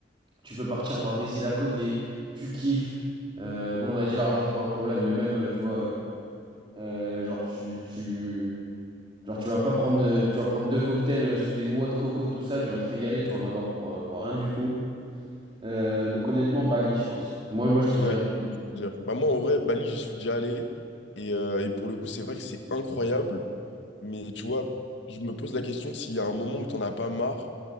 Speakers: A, on the right (about 30°); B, on the left (about 75°).
A: tu peux partir voir des îles à côté, tu kiffes. Euh, bon, on a dit l'argent, c'est pas un problème, mais même, euh, tu vois, euh, genre, tu, tu, Genre, tu vas pas prendre, de- tu vas prendre deux cocktails euh, sous des noix de coco, tout ça, tu vas te régaler, tu vas en avoir pour, euh, pour rien du tout. Euh, donc, honnêtement, Bali, je pense. Moi, moi, je te
B: Ouais,
A: dirais Bali.
B: c'est ce que je veux dire. Bah, moi, en vrai, Bali, j'y suis déjà allé. Et, euh, et pour le coup, c'est vrai que c'est incroyable. Mais tu vois, je me pose la question s'il y a un moment où t'en as pas marre